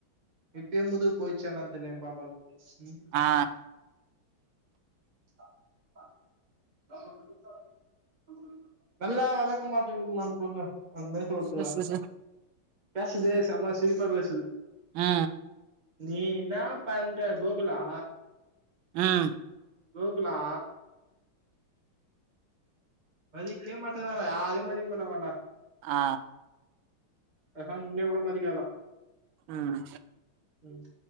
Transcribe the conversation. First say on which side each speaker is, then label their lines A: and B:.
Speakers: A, on the right; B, on the right.
A: இப்பியே முதுகு போயிச்சா என்னானு தெர்ல எங்க பாப்பாக்கு ம்
B: ஆ
A: <inaudible> நல்லா வெளக்க மாட்டங்குதுமா அந் பொண்ணு அந்தே சொல்துதா
B: ச ச ச
A: பேசற்தே செம சிரிப்பா பேசுது
B: ஆ
A: நீ இன்னா பண்ற கோகுலா
B: ம்
A: கோகுலா மதிக்கேமாட்டுறால யாரியும் மதிக் மாட்டா மாட்டா
B: ஆ
A: அதா இங்க விடமாட்டிருங்காள
B: ம்
A: ம்